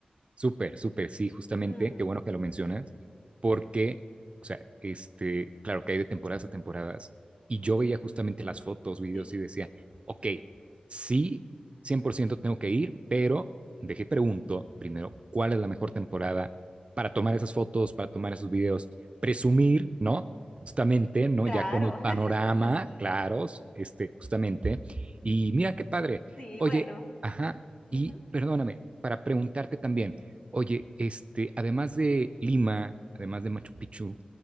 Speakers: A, on the right; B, on the left.
A: Súper, súper, sí, justamente,
B: Mm,
A: qué bueno que lo mencionas, porque, o sea, este, claro que hay de temporadas a temporadas, y yo veía justamente las fotos, videos
B: sí,
A: y decía, ok, sí, 100% tengo que ir, pero dejé pregunto primero, ¿cuál es la mejor temporada para tomar esas fotos, para tomar esos videos? Presumir, ¿no? Justamente, ¿no?
B: claro,
A: Ya con el panorama,
B: <laughs>
A: claros, este, justamente, y mira qué padre,
B: sí,
A: oye,
B: bueno.
A: ajá,
B: ujú.
A: y perdóname, para preguntarte también, Oye, este, además de Lima, además de Machu Picchu,